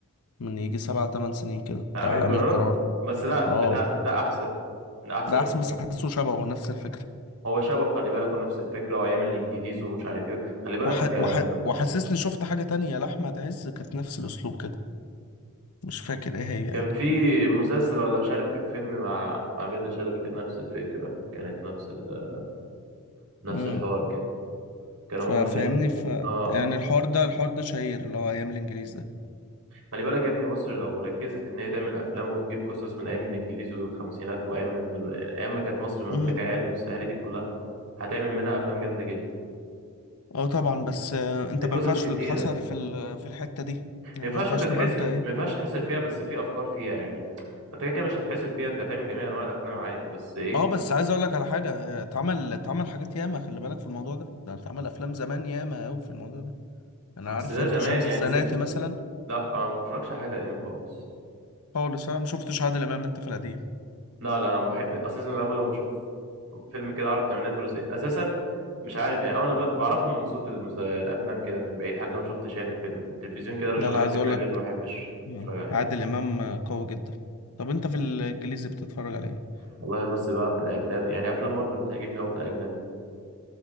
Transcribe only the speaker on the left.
من يجي سبعة تمن سنين كده
بتاع
أمير كرارة
اه
ده
أحسن بس حاسه شبهه نفس الفكرة
وح...
وح... وحسسني شفت حاجة تانية لأحمد عز كانت نفس الأسلوب كده مش فاكر إيه هي يعني
مم.
ففاهمني
ف
يعني الحوار ده الحوار ده شهير اللي هو ايام الانجليز ده
امم
اه طبعا بس آه، انت
ما ينفعش
تتحصر في ال... في الحتة دي
يعني
ما ينفعش
تبقى انت ايه
اه بس عايز اقول لك على حاجة آه، اتعمل اتعمل حاجات ياما خلي بالك في الموضوع ده ده اتعمل افلام زمان ياما قوي في الموضوع ده انا
عارف
انت
شمس
الزناتي
مثلا
خالص انا ما شفتش عادل امام انت في القديم
لا
لا
عايز
اقول
لك
مم.
عادل امام آه، قوي جدا طب انت في الانجليزي بتتفرج على ايه